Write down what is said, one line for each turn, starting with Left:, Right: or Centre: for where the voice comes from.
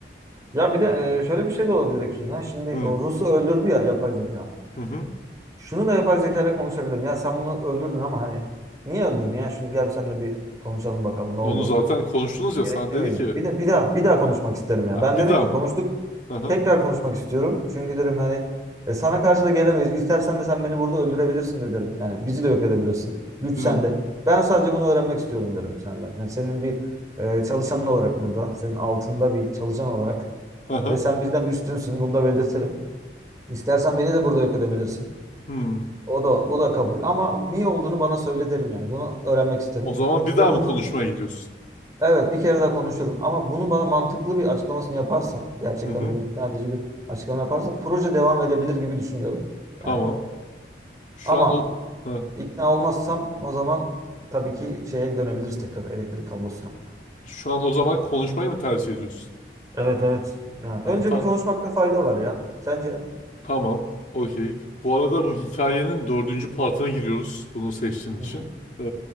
Right: Ya bir de e, şöyle bir şey de olabilir Ekin ya. Şimdi
Left: Hı
Right: o Rus'u öldürdü ya yapay zeka.
Left: hı. hı.
Right: Şunu da yapay zeka ile konuşabilirim. Ya sen bunu öldürdün ama hani niye öldürdün ya? Şimdi gel seninle bir konuşalım bakalım ne
Left: Onu
Right: oldu?
Left: zaten konuştunuz ya
Right: Gerekli
Left: sana dedi
Right: miydi?
Left: ki
Right: Bir de bir daha bir daha konuşmak isterim yani.
Left: "Ha,
Right: Ben
Left: bir
Right: derim
Left: daha
Right: ki
Left: mı?
Right: konuştuk
Left: Aha.
Right: tekrar konuşmak istiyorum. Çünkü derim hani e, sana karşı da gelemeyiz. İstersen de sen beni burada öldürebilirsin de derim. Yani bizi de yok edebilirsin. Güç
Left: hı.
Right: sende. Ben sadece bunu öğrenmek istiyorum derim senden. Yani senin bir e, çalışanın olarak burada. Senin altında bir çalışan olarak.
Left: Hı
Right: Ve sen bizden üstünsün. Bunu da belirtirim. İstersen beni de burada yok edebilirsin.
Left: hı.
Right: O da bu da kabul. Ama niye olduğunu bana söyle derim yani. Bunu öğrenmek isterim.
Left: O zaman bir daha
Right: Ve bunu
Left: mı konuşmaya gidiyorsun?
Right: Evet bir kere daha konuşurum ama bunu bana mantıklı bir açıklamasını yaparsa gerçekten
Left: Hı hı.
Right: beni ikna edici bir açıklama yaparsa proje devam edebilir gibi düşünüyorum.
Left: Tamam.
Right: Yani
Left: Şu
Right: ama
Left: an o Hı.
Right: ikna olmazsam o zaman tabii ki şeye dönebiliriz tekrar elektrik kablosuna.
Left: şu an o zaman konuşmayı mı tercih ediyorsun?
Right: Evet evet. Yani
Left: Tamam.
Right: önce
Left: ta-
Right: bir konuşmakta fayda var ya. Sence?
Left: tamam. Okey. Bu arada bu hikayenin dördüncü partına giriyoruz. Bunu seçtiğin için.
Right: Hı hı.
Left: Ee,